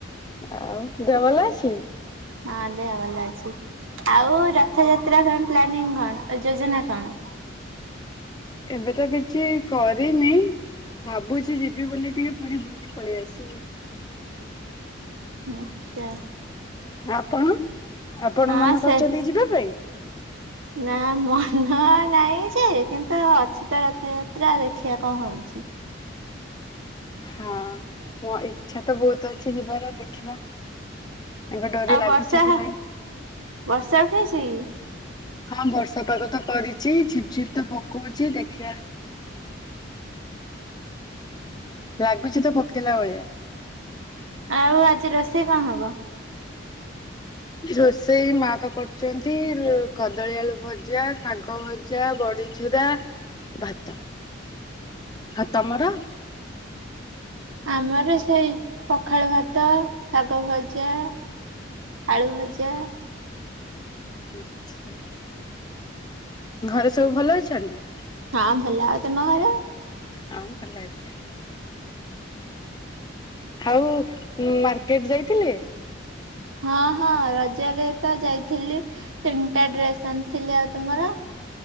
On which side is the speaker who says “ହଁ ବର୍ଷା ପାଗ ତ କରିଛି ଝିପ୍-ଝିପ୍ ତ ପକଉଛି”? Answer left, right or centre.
Left